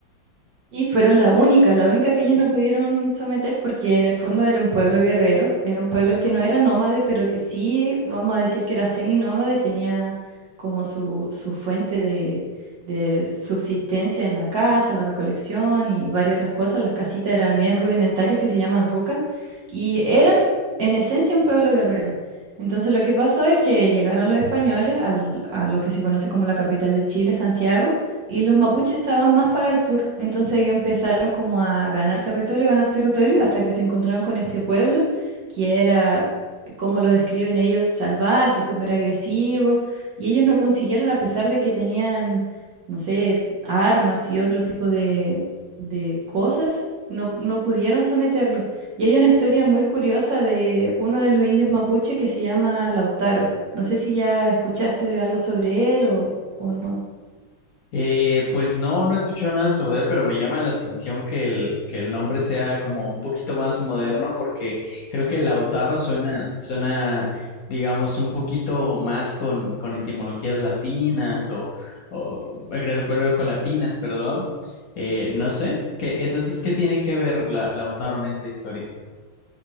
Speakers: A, on the right; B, on the left.
A: Y fueron la única, la única que ellos no pudieron someter porque en el fondo era un pueblo guerrero, era un pueblo que no era nómade, pero que sí, vamos a decir que era seminómade, tenía como su, su fuente de, de subsistencia en la casa, la recolección y varias otras cosas. Las casitas eran bien rudimentarias que se llaman rucas y eran en esencia un pueblo guerrero. Entonces lo que pasó es que llegaron los españoles al- a lo que se conoce como la capital de Chile, Santiago y los mapuches estaban más para el sur. Entonces ellos empezaron como a ganar territorio, ganar territorio, hasta que se encontraron con este pueblo, que era, como lo describen ellos, salvaje, súper agresivo, y ellos no consiguieron, a pesar de que tenían, no sé, armas y otro tipo de, de cosas. No, no pudieron someterlos. Y hay una historia muy curiosa de uno de los indios mapuche que se llama Lautaro. No sé si ya escuchaste algo sobre él o, o no.
B: Eh, pues no, no he escuchado nada sobre él, pero me llama la atención que el, que el nombre sea como un poquito más moderno, porque creo que Lautaro suena, suena, digamos, un poquito más con, con etimologías latinas o, o greco-latinas, perdón. Eh, no sé. ¿Qué, entonces, ¿qué tiene que ver la, Lautaro en esta historia?